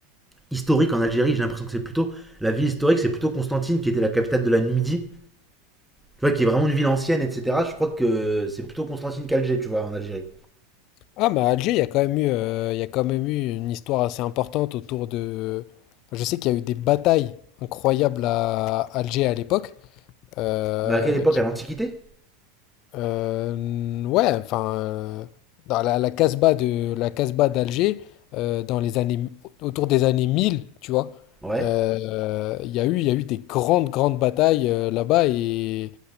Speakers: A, in the centre; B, on the left.
A: historique en Algérie. J'ai l'impression que c'est plutôt la ville historique, c'est plutôt Constantine qui était la capitale de la Numidie. Tu vois, qui est vraiment une ville ancienne, etc. Je crois que c'est plutôt Constantine qu'Alger, tu vois, en Algérie.
B: Ah, mais à Alger, il y a quand même eu, euh, il y a quand même eu une histoire assez importante autour de... enfin, Je sais qu'il y a eu des batailles incroyables à Alger à l'époque, euh,
A: Mais à quelle époque
B: qui
A: À l'Antiquité
B: Euh, ouais, enfin, euh, dans la, la Casbah de la Casbah d'Alger, euh, dans les années autour des années mille tu vois,
A: Ouais.
B: euh, il y a eu, il y a eu des grandes, grandes batailles euh, là-bas et,